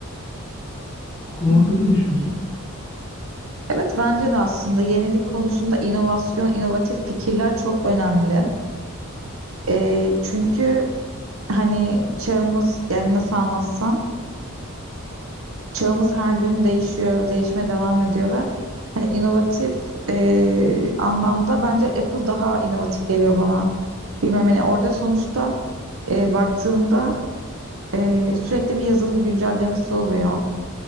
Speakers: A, on the left; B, on the right.
A: Bu konu
B: Hmm.
A: hakkında ne düşünüyorsun?
B: Evet bence de aslında yenilik konusunda inovasyon, inovatif fikirler çok önemli. Ee, çünkü hani çağımız yani nasıl anlatsam çağımız her gün değişiyor, değişmeye devam ediyor ve hani inovatif e, anlamda bence Apple daha inovatif geliyor bana. Bilmiyorum hani orada sonuçta e, baktığında e, sürekli bir yazılım güncellemesi oluyor.